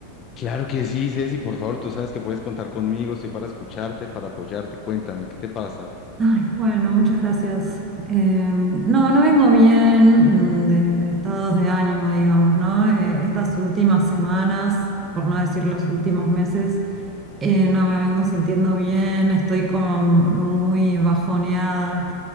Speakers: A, on the left; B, on the right.
A: Claro que sí, Ceci, por favor, tú sabes que puedes contar conmigo, estoy para escucharte, para apoyarte, cuéntame, ¿qué te pasa?
B: Ay, bueno, muchas gracias. Em, no, no vengo bien mm, de, de estados de ánimo, digamos, ¿no? Eh, estas últimas semanas, por no decir los últimos meses, eh, no me vengo sintiendo bien, estoy como muy bajoneada.